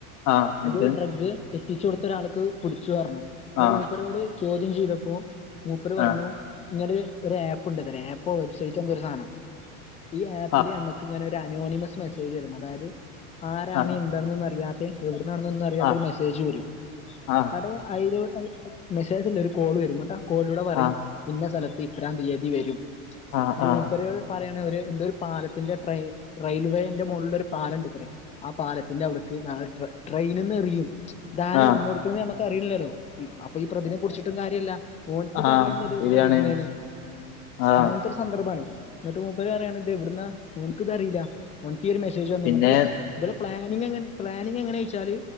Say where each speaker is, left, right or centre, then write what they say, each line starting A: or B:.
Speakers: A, on the left; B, on the left.
A: ആ ഉണ്ട്
B: ഒരു ഡ്രഗ് എത്തിച്ച് കൊടുത്ത ഒരാൾക്ക് പ്ടിച്ചു പറഞ്ഞു
A: ആ
B: മൂപ്പരോട് ചോദ്യം ചെയ്തപ്പോ മൂപ്പര് പറഞ്ഞു
A: ആ
B: ഇങ്ങനെ ഒര് ആപ്പ്ണ്ട്ത്ര ആപ്പോ വെബ്സൈറ്റ് എന്തൊ ഒര് സാനം ഈ ആപ്പില്
A: ആ
B: നമ്മക്ക്ങ്ങനെ ഒര് അനോണിമസ് മെസ്സേജ് വരും അതായത് ആരാണ്
A: ആ
B: എന്താണൊന്നും അറിയാത്ത എവ്ട്ന്നാണെന്നൊന്നും അറിയാത്ത
A: ആ
B: ഒര് മെസ്സേജ് വരും
A: ആ ആ
B: അത് അയില് മെസ്സേജല്ല ഒര് കോള് വരും എന്നിട്ട് ആ കോളിലൂടെ പറയും
A: ആ
B: ഇന്ന സ്ഥലത്ത് ഇത്രാം തീയതി വരും
A: ആ
B: മൂപ്പര്
A: ആ
B: പറയാണ് ഒര് എന്തൊ ഒര് പാലത്തിന്റെ ട്രെ റെയിൽവേന്റെ മോളിലൊരു പാലംണ്ടത്രേ ആ പാലത്തിന്റെ അവ്ട്ക്ക് നാ ട്രെയിനിന്ന് എറിയും ഇധാരാ
A: ആ
B: എറിന്ന് കൊടുക്ക്ണെ‌ന്ന് ഞമ്മക്ക് അറിയില്ലോ അപ്പ ഈ പ്രതിനെ പ്ടിച്ചിട്ടും കാര്യല്ല ഓൽക്കും ഇത്
A: ആ
B: അറിയ്ണില്ല ഇത്
A: ശരിയാണ്
B: എവ്ട്ന്നാ വര്ന്നെന്ന്
A: ആ
B: അങ്ങനത്തെ ഒരു സന്ദർഭാണ് എന്നിട്ട് മൂപ്പര് പറയാണ് ഇത് എവ്ട്ന്നാ ഓൻക്കും ഇത് അറിയില്ല ഓൻക്ക് ഈ ഒര് മെസ്സേജ് വന്നു
A: പിന്നെ
B: ഇട്ട് ഇബലെ പ്ലാനിങ്ങ് എങ്ങനെ പ്ലാനിങ്ങ് എങ്ങനെചോയിച്ചാല്